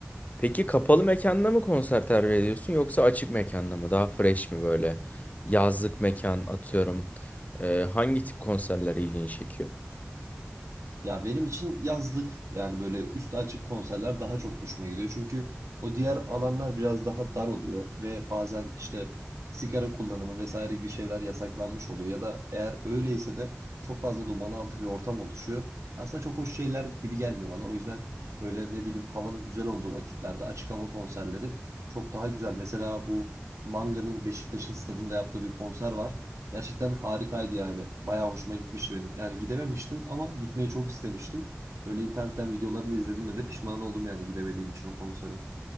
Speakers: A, on the left; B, on the right.
A: Peki kapalı mekanda mı konser tercih ediyorsun yoksa açık mekanda mı? Daha fresh mi böyle? Yazlık mekan atıyorum. Ee, hangi tip konserler ilgini çekiyor?
B: Ya benim için yazlık yani böyle üstü açık konserler daha çok hoşuma gidiyor. Çünkü o diğer alanlar biraz daha dar oluyor ve bazen işte sigara kullanımı vesaire gibi şeyler yasaklanmış oluyor. Ya da eğer öyleyse de çok fazla duman altı bir ortam oluşuyor. Aslında çok hoş şeyler gibi gelmiyor bana. O yüzden böyle ne bileyim havanın güzel olduğu vakitlerde açık hava konserleri çok daha güzel. Mesela bu Manga'nın Beşiktaş'ın stadında yaptığı bir konser var. Gerçekten harikaydı yani. Bayağı hoşuma gitmişti benim. Yani gidememiştim ama gitmeyi çok istemiştim. Böyle internetten videolarını izlediğimde de pişman oldum yani gidemediğim için o konsere.